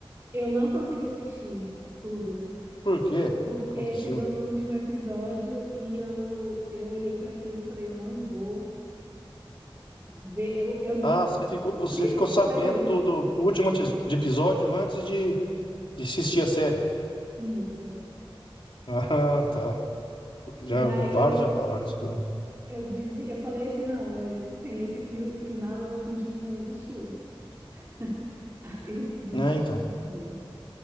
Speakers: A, on the right; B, on the left.
A: Eu não consegui assistir tudo.
B: Por quê?
A: Porque
B: O que aconteceu?
A: chegou no último episódio e eu, eu olhei para aquilo e falei, eu não vou ver. Eu, eu,
B: Ah, você
A: eu
B: ficou,
A: descobri
B: você ficou
A: spoiler.
B: sabendo do, do último antes- de episódio antes de, de assistir a série. <laughs>
A: Isso.
B: Ah, tá. Já,
A: E aí
B: vários
A: eu,
B: já falaram isso pra mim.
A: eu, dizia, eu falei assim, não, eh, tem esse fio, final, eu vou fingir que não existiu. <laughs> Aí eu desisti
B: Né, então.
A: de ver.